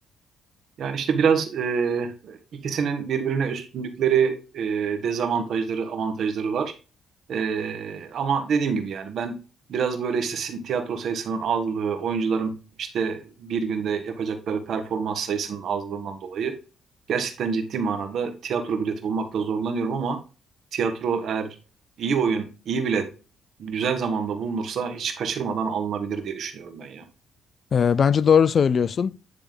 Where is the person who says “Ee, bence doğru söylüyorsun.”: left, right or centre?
Left